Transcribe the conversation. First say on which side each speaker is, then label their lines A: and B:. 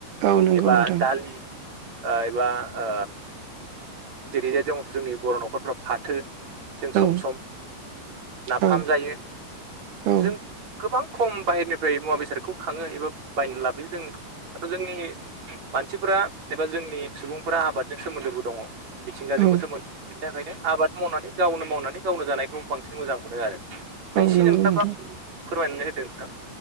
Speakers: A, on the right; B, on the right.
A: औ नंगौ
B: एबा
A: नोंथां
B: दालि। ओ एबा ओ जेरैहाय जों जोंनि बर' न'खरफ्राव फाथो जों सम
A: औ
B: सम नाफाम
A: औ
B: जायो।
A: औ
B: जों गोबां खम बाहेरनिफ्राय मुवा बेसादखौ खाङो एबा बायना लाबोयो जों। दाथ' जोंनि मानसिफोरा एबा जोंनि सुबुंफोरा आबादजों सोमोन्दोबो दङ। मिथिंगाजोंबो
A: औ
B: सोमोन्दो बेनि थाखायनो आबाद मावनानै गावनो मावनानै गावनो जानायखौ बांसिन मोजां मोनो आरो दा
A: औ
B: एसे
A: नंगौ
B: <unintelligible>
A: नोंथां
B: फोरमायनानै होदों नोंथां।